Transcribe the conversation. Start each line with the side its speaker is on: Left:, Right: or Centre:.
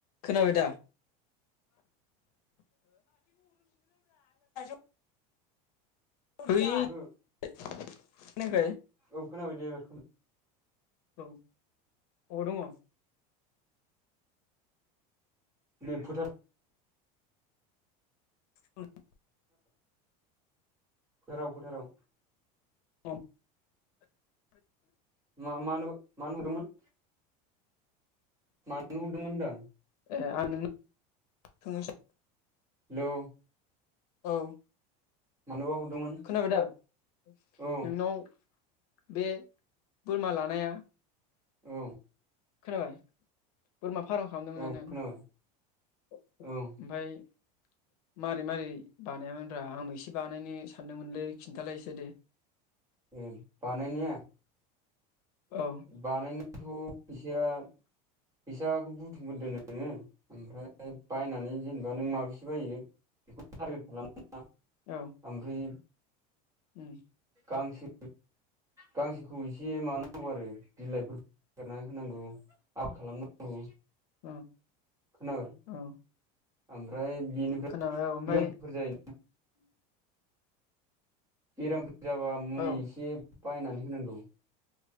Left: खोनाबाय दा <unintelligible> होइ <inaudible>
Right: ओहो
Left: खोनायाखै?
Right: औ खोनाबायदे एबार
Left: औ अबव' दङ?
Right: उम फोथा
Left: <inaudible>
Right: <inaudible> फोथाराव फोथाराव
Left: औ <inaudible>
Right: मा मानोबा मानो नुदोंमोन। मानो हरदोंमोन होनदां
Left: ए आं नोंनो <inaudible>
Right: हेलौ
Left: औ।
Right: मानोबा हरदोंमोन
Left: खोनाबाय दा नोंनाव
Right: औ
Left: बे बोरमा लानाया
Right: औ।
Left: खोनाबाय बोरमा फार्म खालामदोंमोन
Right: औ
Left: ना नों
Right: खोनाबाय
Left: ओमफ्राय
Right: औ
Left: <unintelligible> मारै मारै बानायामोनब्रा आंबो एसे बानायनो सानदोंमोनलै खिन्थालाय इसे दे।
Right: उम बानायनाया
Left: औ
Right: बानायनायाथ' फैसाया फैसाखौ बुथुमगोरदो नोङो। ओमफ्राय बायनानै जेनेबा नों माबेसे बायो बेखौ टारगेट खालामना
Left: औ
Right: ओमफ्राय
Left: उम
Right: गांसो गांसोखौ एसे मानांगौ आरो बिलाइफोर नागिरना होनांगौ <unintelligible> खालामनांगौ।
Left: उम
Right: खोनाबाय?
Left: औ
Right: ओमफ्राय बेनिफ्राय
Left: खोनाबाय औ ओमफाय
Right: बेयामफोर जायो बेरामफोर जाबा मुलि
Left: औ ओ
Right: एसे बायनानै होनांगौ।